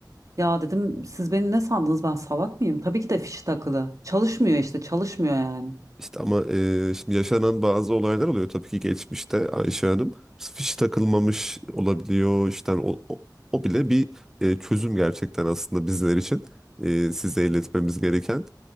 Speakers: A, on the right; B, in the centre.
A: Ya dedim siz beni ne sandınız ben salak mıyım? Tabii ki de fişi takılı. Çalışmıyor işte çalışmıyor yani.
B: İşte ama e, şimdi yaşanan bazı olaylar oluyor tabii ki geçmişte Ayşe Hanım. Fiş takılmamış olabiliyor. İşte o, o, o bile bir e, çözüm gerçekten aslında bizler için. E, size iletmemiz gereken.